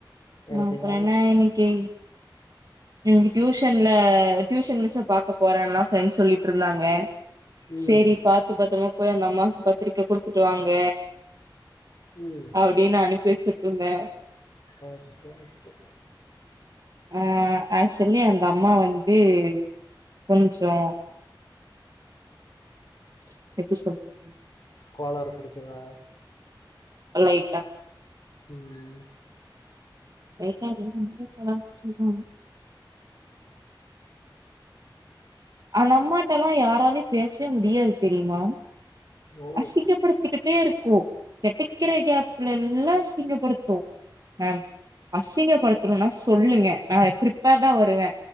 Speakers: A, on the left (about 60°); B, on the right (about 50°).
A: எனிதிங்
B: அப்புற
A: எல்ஸ்
B: என்ன இன்னிக்கி இன்னிக்கு டியூஷன்ல டியூஷன் மிஸ்ஸ பாக்க போறேன்லா ஃப்ரண்ட்ஸ் சொல்லிட்டிருந்தாங்க
A: ம்
B: சரி பாத்து பத்திரமா போ போய் அந்த அம்மாக்கு பத்திரிக்க குடுத்துட்டு வாங்க
A: ம்
B: அப்டின்னு அனுப்பி வச்சு இருந்த
A: ஓகே ஓகே
B: அஹ ஆக்சுலி அந்த அம்மா வந்து கொஞ்சோ ச் எப்படி சொல்றது
A: கோளறு புடிச்சதா
B: லைட்டா
A: உம்
B: லைட்டா இருந்தாலுமே கோளாறு புடிச்சதுதா அந்த அம்மாட்ட எல்லா யாராலயு பேசவே முடியாது தெரியுமா
A: ஓ
B: அசிங்கப்படுத்திக்கிட்டே இருக்கு கெடைக்கிற கேப்ல எல்லா அசிங்கப்படுத்து மேம் அசிங்கப்படுத்தணும்னா சொல்லுங்க நா பிரிப்பேர்டா வருவே